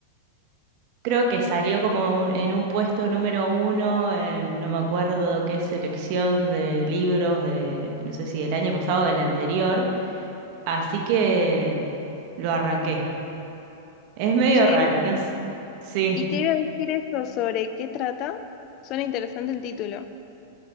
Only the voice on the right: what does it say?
Creo que salió como un- en un puesto número uno, en- no me acuerdo qué selección de libros de, no sé si del año pasado o del anterior, así que lo arranqué. Es medio
raro, ¿no? es- Sí.